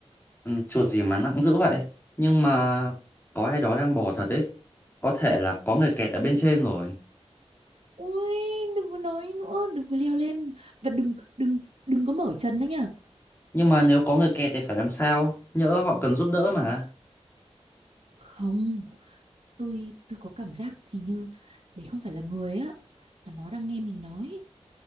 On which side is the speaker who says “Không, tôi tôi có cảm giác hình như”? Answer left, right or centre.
Right